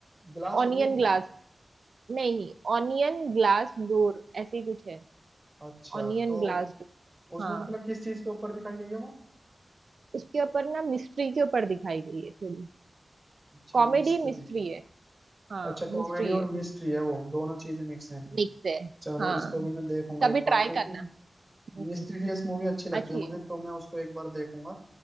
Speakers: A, on the right (about 20°); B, on the right (about 70°).
A: Glass
B: ऑनियन
A: room
B: ग्लास नहीं ऑनियन ग्लास डोर ऐसे ही कुछ है
A: अच्छा
B: ऑनियन
A: तो
B: ग्लास डोर
A: उसमें
B: हाँ
A: मतलब किस चीज के ऊपर दिखाई गई है वो
B: उसके ऊपर ना मिस्ट्री के ऊपर दिखाई गई है थोड़ी
A: अच्छा
B: कॉमेडी
A: मिस्ट्री
B: मिस्ट्री है हाँ
A: अच्छा कॉमेडी
B: मिस्ट्री
A: और
B: है
A: मिस्ट्री है वो दोनों चीजें मिक्स हैं
B: मिक्स है
A: चलो
B: हाँ
A: इसको भी मैं देखूंगा
B: कभी
A: एक
B: ट्राई
A: बार क्योंकि
B: करना हम्म
A: मिस्टीरियस मूवी अच्छी लगती
B: अच्छी
A: है मुझे
B: है
A: तो मैं उसको एक बार देखूंगा